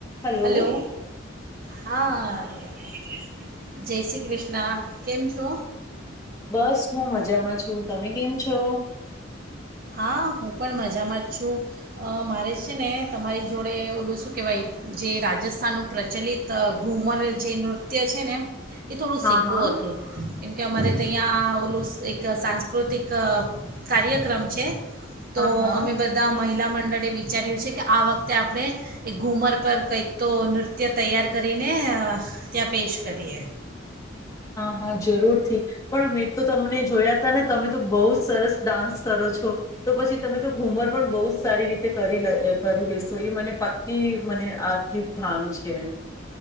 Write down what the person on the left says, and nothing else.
હલો
બસ હું મજામાં છું. તમે કેમ છો
હા
હા હા
હા હા
હા, હા, જરૂરથી, પણ મેં તો તમને જોયા તા ને તમે તો બહુ જ સરસ ડાન્સ કરો છો. તો પછી તમે તો ઘુમર પણ બહુ જ સારી રીતે કરી લે કરી લેશો, એ મને પાક્કી મને આથી ભાન છે.